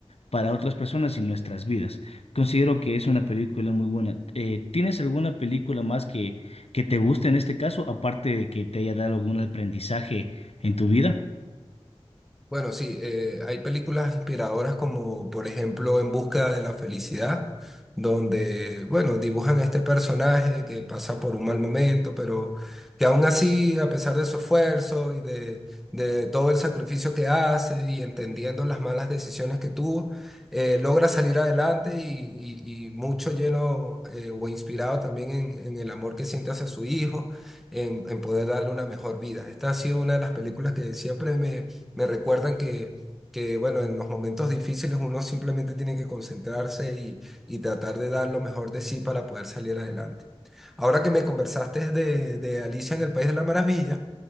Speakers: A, on the left; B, in the centre.
A: para otras personas en nuestras vidas. Considero que es una película muy buena. Eh, ¿tienes alguna película más que, que te guste en este caso, aparte de que te haya dado algún aprendizaje en tu vida?
B: Bueno, sí, eh, hay películas inspiradoras como por ejemplo En Búsqueda de la Felicidad, donde, bueno, dibujan a este personaje que pasa por un mal momento, pero que aún así, a pesar de su esfuerzo y de, de todo el sacrificio que hace y entendiendo las malas decisiones que tuvo, eh, logra salir adelante y, y- y mucho lleno eh, o inspirado también en, en el amor que siente hacia su hijo, en, en poder darle una mejor vida. Esta ha sido una de las películas que siempre me me recuerdan que, que, bueno, en los momentos difíciles uno simplemente tiene que concentrarse y, y tratar de dar lo mejor de sí para poder salir adelante. Ahora que me conversaste de, de Alicia en el País de la Maravilla,